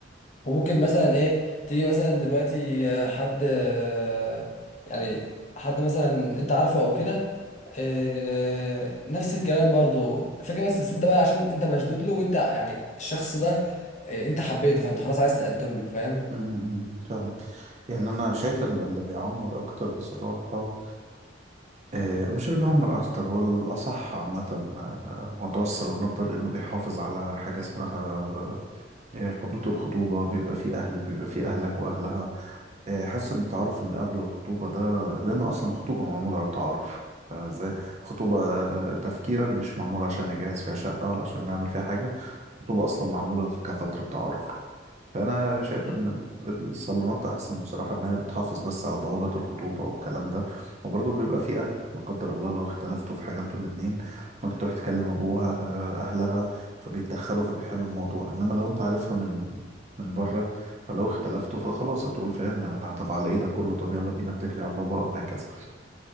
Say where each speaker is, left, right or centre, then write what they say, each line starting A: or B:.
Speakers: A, on the left; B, on the right.
A: وممكن مثلا ايه تيجي مثلا دلوقتي آه، حد آه، يعني حد مثلا انت عارفه او كده آه، نفس الكلام برضو فكرة بس بس انت بقى عشان انت مشدود له وانت يعني الشخص ده إيه، انت حبيته فانت خلاص عايز تقدم له فاهم
B: أمم، فاهمك يعني انا شايف ان اللي بيعمر اكتر بصراحه آه، مش اللي بيعمر اكتر هو الاصح عامه آه، موضوع الصالونات ده لانه بيحافظ على حاجه اسمها آه، حدود الخطوبه بيبقى فيه اهل بيبقى فيه اهلك واهلها آه، حاسس ان التعارف من قبل الخطوبه ده لان اصلا الخطوبه معموله على التعارف فاهم ازاي خطوبه آه، تفكيرا مش معموله عشان نجهز فيها شقه ولا عشان نعمل فيها حاجه خطوبه اصلا معموله في- كفتره تعارف فانا شايف
A: والله
B: ان ال- الصالونات احسن بصراحه ان هي بتحافظ بس على ضوابط الخطوبه والكلام ده وبرضه بيبقى في اهل لا قدر الله لو اختلفتوا في حاجه انتوا الاتنين ممكن تروح تكلم ابوها آه، اهلها فبيتدخلوا فبيحلوا الموضوع انما لو انت عارفها من من بره فلو اختلفتوا فخلاص هتقول فاهم يعني انا طب على ايه ده كله طب يلا بينا اتكلي على الله بقى وهكذا